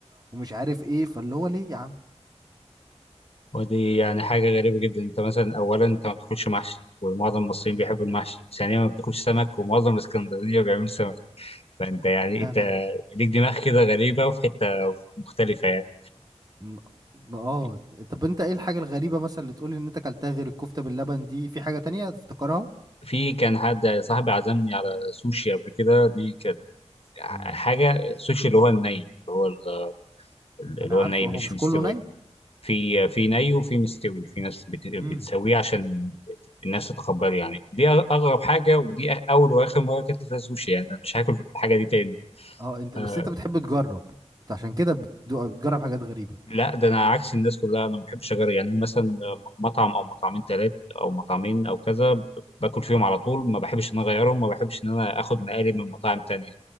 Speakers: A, on the right (about 35°); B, on the left (about 55°).
A: ومش عارف ايه فاللي هو ليه يا عم
B: ودي يعني حاجة غريبة جدا انت مثلا اولا انت ما بتاكلش محشي ومعظم المصريين بيحبوا المحشي ثانيا ما بتاكلش سمك ومعظم الاسكندرانية بيعملوا سمك فانت يعني
A: لا
B: انت
A: لا
B: ليك دماغ كده غريبة وفي حتة مختلفة يعني
A: م- م- اه
B: في
A: طب انت ايه الحاجه الغريبه مثلا اللي تقولي ان انت كلتها غير الكفته باللبن دي في حاجه تانية تفتكرها
B: في كان حد صاحبي عزمني على سوشي قبل كده دي كانت
A: مم.
B: حاجة سوشي اللي هو الني اللي هو ال- اللي
A: انا
B: هو
A: عارفه
B: الني مش
A: هو مش
B: مستوي
A: كله ني
B: في في ني وفي مستوي في ناس بت-
A: امم
B: بتسويه عشان الناس تتقبله يعني دي أغ- اغرب حاجه ودي أ- اول واخر مره اكلت فيها سوشي يعني انا مش هاكل الحاجه دي تاني
A: اه انت
B: آه،
A: بس انت بتحب تجرب انت عشان كده بتدوق- بتجرب حاجات غريبه
B: لا ده انا عكس الناس كلها انا ما بحبش اجرب يعني انا مثلا مطعم او مطعمين ثلاثه او مطعمين او كذا ب- باكل فيهم على طول ما بحبش ان انا اغيرهم ما بحبش ان انا اخد مقالب من مطاعم تانية